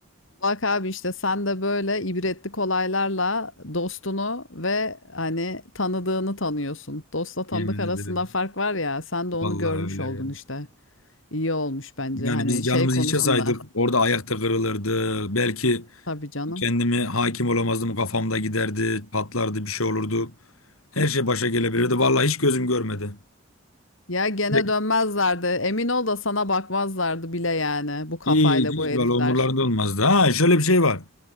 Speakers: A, on the left; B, on the left.
A: Bak abi işte sen de böyle ibretlik olaylarla dostunu ve hani tanıdığını tanıyorsun. Dostla tanıdık
B: Yemin
A: arasında
B: ederim.
A: fark var ya sen de onu
B: Vallahi
A: görmüş
B: öyle
A: oldun
B: ya.
A: işte. İyi olmuş bence
B: Yani
A: hani
B: biz
A: şey
B: canımızı
A: konusunda.
B: hiçe saydık. Orada ayakta kırılırdı. Belki
A: Tabii canım.
B: kendimi hakim olamazdım. Kafamda giderdi, patlardı, bir şey olurdu. Her şey başa gelebilirdi. Vallahi hiç gözüm görmedi.
A: Ya gene
B: De-
A: dönmezlerdi. Emin ol da sana bakmazlardı bile yani bu kafayla
B: Hiç, hiç
A: bu herifler.
B: vallahi umurlarında olmazdı. Ha şöyle bir şey var.